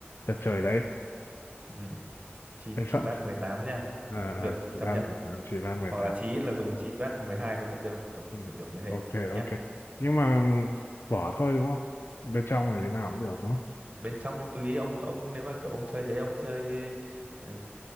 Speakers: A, on the left; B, on the right.
A: chật trời đấy
B: Ừ. Chi
A: thế
B: chi
A: sợ
B: vát 18 nha
A: ờ
B: Cũng
A: ờ,
B: được,
A: chỉ
B: chấp
A: ba
B: nhận.
A: mười tám chỉ ba mười
B: Hoặc
A: tám
B: là chí ít là dùng chi vát 12 thôi cũng được. Kiểu
A: ừ.
B: kiểu kiểu như thế.
A: ok
B: nhá
A: ok nhưng mà vỏ thôi đúng không bên trong này thế nào cũng được đúng không
B: bên trong thì tùy ông ông nếu mà kiểu ông chơi thế ông chơi ờ,